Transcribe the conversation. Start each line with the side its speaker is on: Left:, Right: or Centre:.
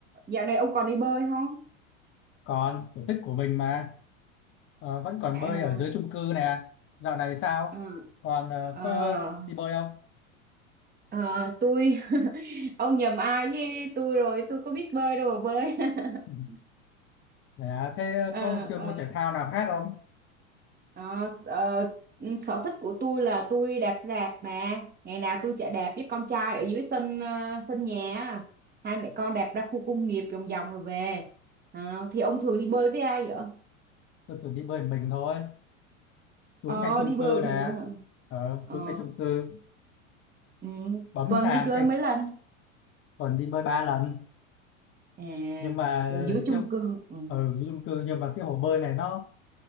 Right: Dạo này ông còn đi bơi không?
Left: còn sở thích của mình mà Ờ, vẫn còn
Right: À,
Left: bơi ở dưới chung cư nè dạo này sao
Right: ờ,
Left: còn ờ,
Right: ờ,
Left: có đi bơi không
Right: ờ, tôi <laughs> ông nhầm ai với tôi rồi tôi có biết bơi đâu mà bơi <laughs>
Left: Ừ. dạ thế
Right: Ờ,
Left: có chơi
Right: ờ,
Left: môn thể thao nào khác không
Right: ờ, ờ, sở thích của tôi là tôi đạp xe đạp mà ngày nào tôi chạy đạp với con trai ở dưới sân ờ, sân nhà á. hai mẹ con đạp ra khu công nghiệp vòng vòng rồi về Ờ, thì ông thường đi bơi với ai vậy?
Left: tôi thường đi bơi mình thôi xuống
Right: Ờ
Left: ngay chung
Right: đi bơi
Left: cư
Right: một
Left: nè
Right: mình luôn hả?
Left: ờ,
Right: Ờ
Left: xuống ngay chung cư
Right: ừ,
Left: bấm
Right: tuần
Left: thang
Right: đi chơi
Left: cái
Right: mấy lần
Left: còn đi bơi ba lần
Right: à,
Left: nhưng mà
Right: ở dưới
Left: ờ,
Right: chung
Left: kiểu
Right: cư ừ.
Left: ở ừ chung cư nhưng mà cái hồ bơi này nó